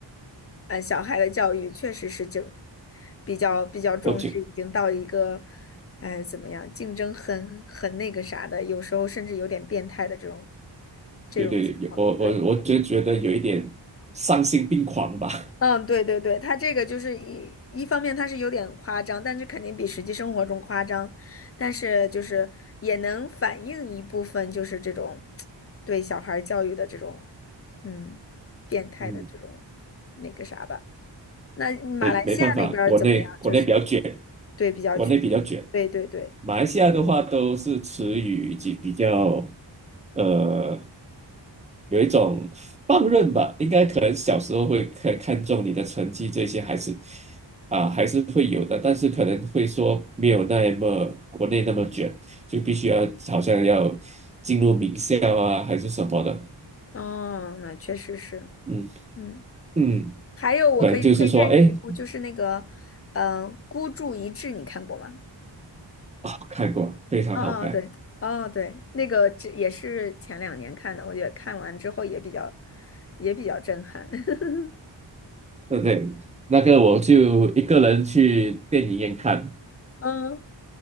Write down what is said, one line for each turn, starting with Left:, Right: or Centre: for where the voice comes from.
Left: 呃小孩的教育确实是就比较比较重视，
Right: 我觉
Left: 已经到一个哎怎么样，竞争很很那个啥的，有时候甚至有点变态的这种这种情况，
Right: 对对，有我我我就觉得有一点丧心病狂吧。
Left: 对。嗯，对对对，他这个就是一一方面他是有点夸张，但是肯定比实际生活中夸张，但是就是也能反映一部分就是这种对小孩儿教育的这种嗯变态的这种
Right: 嗯，
Left: 那个啥吧。那马来西亚那边儿怎么样？
Right: 没没办法，国内国内比较卷，
Left: 就是对比较卷，
Right: 国内比较卷。
Left: 对对对，
Right: 马来西亚的话都是词语以及比较呃有一种放任吧，应该可能小时候会看看重你的成绩这些还是啊还是会有的，但是可能会说没有那么国内那么卷，就必须要好像要进入名校啊还是什么的，
Left: 哦，那确实是，
Right: 嗯
Left: 嗯，
Right: 嗯，
Left: 还有我可以推荐你一部，
Right: 可能就是说哎
Left: 就是那个嗯、呃孤注一掷》，你看过吗？
Right: 啊、看过非常好看，
Left: 哦哦对，哦对，那个这也是前两年看的，我觉得看完之后也比较也比较震撼。<laughs>
Right: 对不对，那个我就一个人去电影院看。
Left: 嗯，